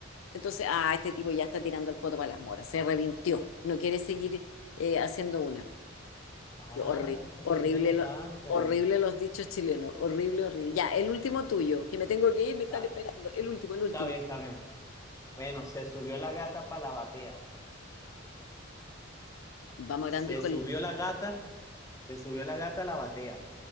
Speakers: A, on the left; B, on the left.
A: Entonces, ah, este tipo ya está tirando el poto para las moras, se revintió, no quiere seguir eh, haciendo una.
B: ah,
A: Yo, horri- horrible,
B: qué interesante.
A: lo- horrible los dichos chilenos, horrible, horrible. Ya, el último tuyo, que me tengo que ir, me están
B: Ah,
A: esperando. El último,
B: está
A: el último.
B: bien, está bien. Bueno, se subió la gata para la batea.
A: Vamos orando,
B: Se
A: hijo,
B: subió
A: el,
B: la gata, se subió la gata a la batea.